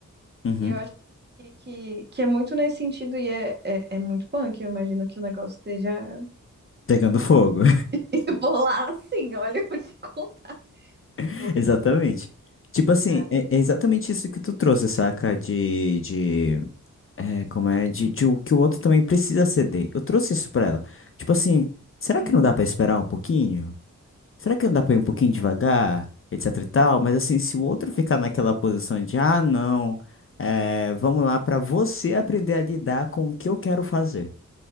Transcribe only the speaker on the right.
E eu acho que, que, que é muito nesse sentido e é, é, é muito punk. Eu imagino que o negócio esteja
<laughs> por lá assim, olha, eu te conto.
Porque,
ah,
assim,